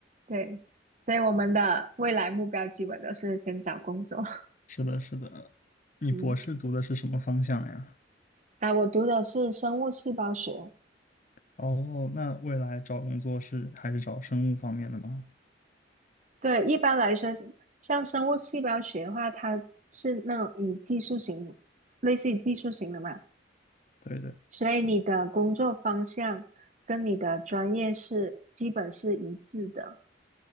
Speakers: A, on the right (about 40°); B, on the left (about 45°).
A: 对，所以我们的未来目标基本都是先找工作。<laughs>
B: 是的，是的。你博士读的是什么方向呀？
A: 嗯，啊、我读的是生物细胞学。
B: 哦，那未来找工作是还是找生物方面的吗？
A: 对，一般来说是像生物细胞学的话，它是那种以技术型，类似于技术型的嘛，
B: 对对。
A: 所以你的工作方向跟你的专业是基本是一致的。